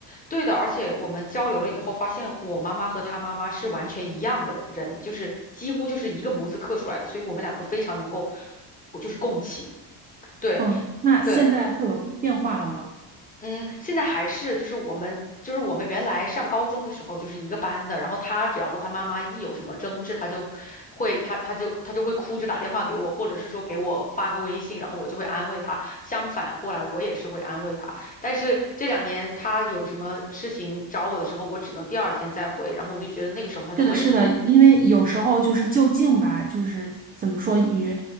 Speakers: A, on the left; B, on the right.
A: 对的，而且我们交流了以后，发现我妈妈和她妈妈是完全一样的人，就是几乎就是一个模子刻出来的，所以我们两个非常能够，就是共情。对
B: 嗯，那现在会有变化了吗？
A: 对，嗯，现在还是就是我们就是我们原来上高中的时候就是一个班的，然后他只要和他妈妈一有什么争执，他就会他他就他就会哭着打电话给我，或者是说给我发个微信，然后我就会安慰他。相反过来，我也是会安慰他。但是这两年他有什么事情找我的时候，我只能第二天再回，然后我就觉得那个时候他就会，
B: 是的，是的，因为有时候就是就近吧，就是怎么说，与